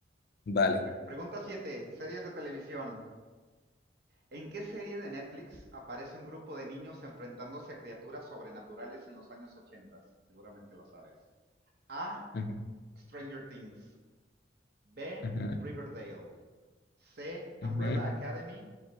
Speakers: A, on the left (about 60°); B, on the right (about 60°).
A: Vale.
B: Pre- pregunta 7, Series de televisión. ¿En qué serie de Netflix aparece un grupo de niños enfrentándose a criaturas sobrenaturales en los años 80? Seguramente la sabes. A.
A: Ujú,
B: Stranger Things. B.
A: ujú,
B: Riverdale. C. Umbrella
A: ujú,
B: Academy.